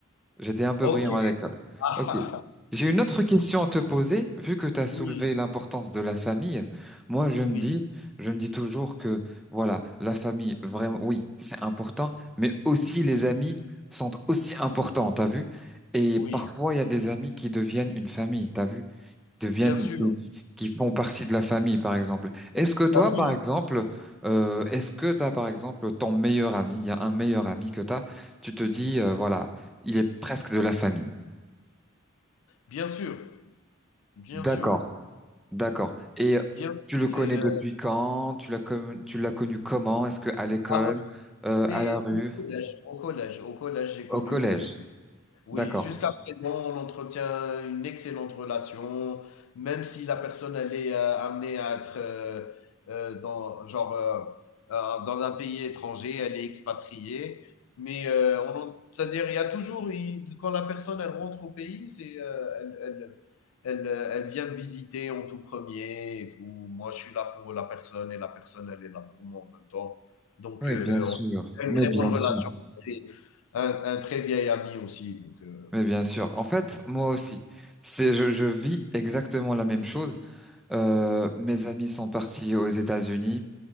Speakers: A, in the centre; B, on the left.
A: J'étais un peu
B: Ok.
A: brillant à l'école.
B: Ah,
A: Ok. J'ai une autre question à te poser, vu que tu as soulevé
B: oui,
A: l'importance de la famille. Moi, je
B: oui,
A: me dis, je me dis toujours que, voilà, la famille, vraiment, oui, c'est important, mais aussi les amis sont aussi importants, t'as vu? Et
B: oui.
A: parfois, il y a des amis qui deviennent une famille, t'as vu? deviennent
B: Bien sûr.
A: qui, qui- qui font partie de la famille, par exemple. Est-ce que toi,
B: t'as vu.
A: par exemple, euh, est-ce que t'as, par exemple, ton meilleur ami, il y a un meilleur ami que t'as, tu te
B: Oui.
A: dis, euh, voilà, il est presque de la famille.
B: Bien sûr. Bien
A: D'accord,
B: sûr.
A: d'accord. Et
B: Bien sûr.
A: tu le connais
B: C'est, euh,
A: depuis quand? Tu l'as connu, tu l'as connu comment? Est-ce que à l'école,
B: alors,
A: euh,
B: c'est,
A: à la
B: c'est
A: rue,
B: au collège. Au collège, au collège j'ai connu
A: au collège?
B: mes, Oui,
A: D'accord.
B: jusqu'à présent, on entretient une excellente relation, même si la personne elle est euh, amenée à être euh, euh, dans genre euh, euh, dans un pays étranger, elle est expatriée, mais euh, on en- c'est-à-dire il y a toujours il- quand la personne elle rentre au pays, c'est euh, elle, elle elle euh, elle vient me visiter en tout premier et tout. Moi, je suis là pour la personne et la personne elle est là pour moi en même temps. Donc
A: Oui,
B: euh,
A: bien sûr.
B: on a
A: Mais
B: une très
A: bien
B: bonne
A: sûr.
B: relation un, un très vieil ami aussi. Donc, euh,
A: Mais bien sûr. En fait, moi aussi, c'est, je, je vis exactement la même chose. Euh, mes amis sont partis aux États-Unis.